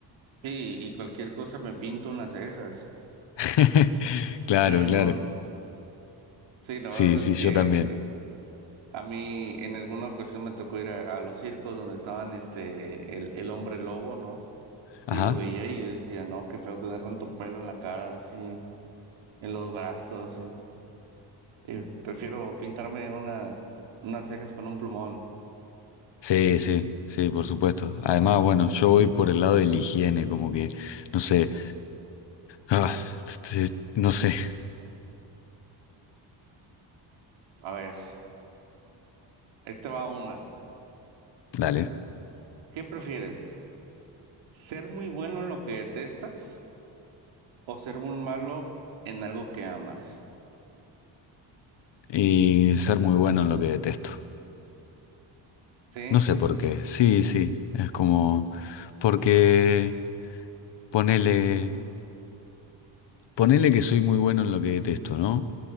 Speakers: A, on the right (about 85°); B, on the left (about 65°).
A: Sí, y cualquier cosa me pinto unas cejas.
B: <laughs> Claro,
A: Sí, no.
B: claro.
A: Sí, la verdad
B: Sí,
A: es
B: sí,
A: que
B: yo también.
A: es- es- a mí en alguna ocasión me tocó ir a, a los circos donde estaban este el, el hombre lobo, ¿no? Y
B: Ajá.
A: lo veía y yo decía, no, qué feo tener tanto pelo en la cara, así, en los brazos, así. Eh, prefiero pintarme una, unas cejas con un plumón.
B: Sí, sí, sí, por supuesto. Además, bueno, yo voy por el lado de la higiene, como que, no sé, ah, t- t- no sé,
A: A ver, ahí te va una.
B: dale.
A: ¿Qué prefieres? ¿Ser muy bueno en lo que detestas o ser muy malo en algo que amas?
B: Y ser muy bueno en lo que detesto.
A: Sí,
B: No sé por qué. Sí, sí, es como... Porque Ponele, ponele que soy muy bueno en lo que detesto, ¿no?